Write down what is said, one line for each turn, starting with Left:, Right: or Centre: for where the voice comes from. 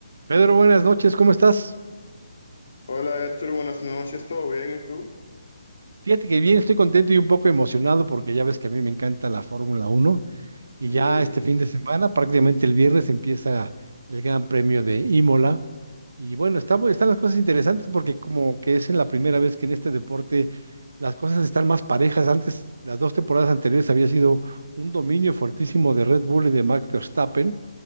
Right: Pedro, buenas noches, ¿cómo estás?
Left: Hola Héctor, buenas noches, ¿todo bien? ¿Y tú?
Right: Fíjate que bien, estoy contento y un poco emocionado porque ya ves que a mí me encanta la Fórmula Uno y
Left: Uy,
Right: ya este fin de semana, prácticamente el viernes, empieza el Gran Premio de Imola. Y bueno, está, bu- están las cosas interesantes porque como que es en la primera vez que en este deporte las cosas están más parejas. Antes, las dos temporadas anteriores había sido un dominio fuertísimo de Red Bull y de Max Verstappen